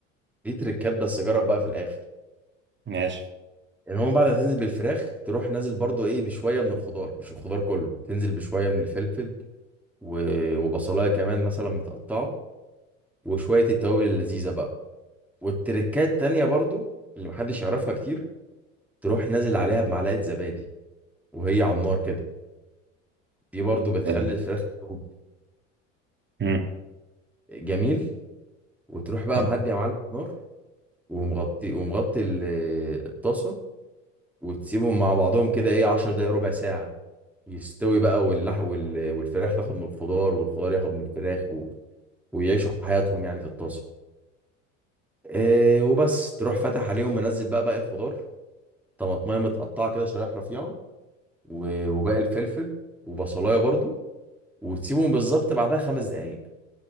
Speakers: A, in the centre; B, on the right (about 30°).
A: دي تريكات بس جرب بقى في الاخر
B: ماشي
A: يعني هو بعد ما تنزل بالفراخ تروح نازل برضو ايه بشويه من الخضار مش الخضار كله تنزل بشويه من الفلفل و... وبصلايه كمان مثلا متقطعه وشوية التوابل اللذيذة بقى والتركات تانية برضو اللي محدش يعرفها كتير تروح نازل عليها بمعلقة زبادي وهي على النار كده دي برضو بتخلي
B: تمام.
A: الفراخ تدوب
B: مم.
A: جميل وتروح بقى
B: تمام.
A: مهدي يا معلم النار ومغطي ومغطي ال- الطاسة وتسيبهم مع بعضهم كده ايه 10 دقايق ربع ساعة يستوي بقى واللح وال... والفراخ تاخد من الخضار والخضار ياخد من الفراخ و... ويعيشوا حياتهم يعني في الطاسة إيه وبس تروح فاتح عليهم منزل بقى باقي الخضار طماطمية متقطعة كده شرايح رفيعة و- وباقي الفلفل وبصلايه برضو وتسيبهم بالظبط بعدها خمس دقايق